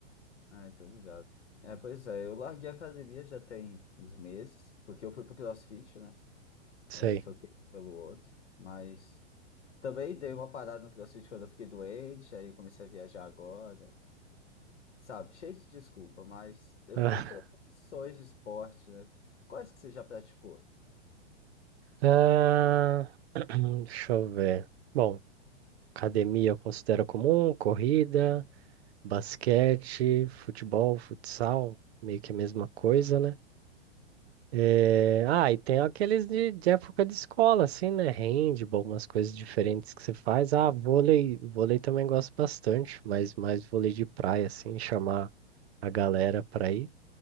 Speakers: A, on the left; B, on the right.
A: Ah, então ligado. É, pois é, eu larguei a academia já tem uns meses, porque eu fui pro CrossFit, né?
B: Sei.
A: É, troquei pelo outro, mas também dei uma parada no CrossFit quando eu fiquei doente, aí comecei a viajar agora. Sabe, cheio de desculpa, mas eu
B: <laughs>
A: tava querendo opções de esporte, né? Quais que você já praticou?
B: Ah, ah, hum, deixa eu ver. Bom, academia eu considero comum, corrida, basquete, futebol, futsal, meio que a mesma coisa, né? É, ah, e tem aqueles de, de época de escola, assim, né? Handball, umas coisas diferentes que você faz. Ah, vôlei, vôlei também gosto bastante, mas mais vôlei de praia, assim, chamar a galera pra ir,